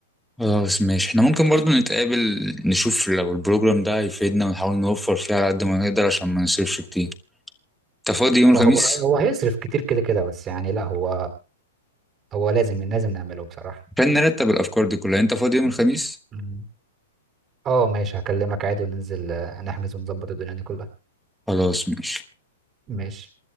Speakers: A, in the centre; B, on the right.
A: خلاص ماشي احنا ممكن برضو نتقابل نشوف لو البروجرام ده هيفيدنا ونحاول نوفر فيه على قد ما نقدر عشان ما نصرفش كتير انت فاضي يوم
B: هو
A: الخميس
B: هو اه هو هيصرف كتير كده كده بس يعني لا هو هو لازم لازم نعمله بصراحة
A: عشان نرتب الافكار دي كلها انت فاضي يوم الخميس
B: مم. اه ماشي هكلمك عادي وننزل آه، نحجز ونظبط الدنيا دي كلها
A: خلاص ماشي
B: ماشي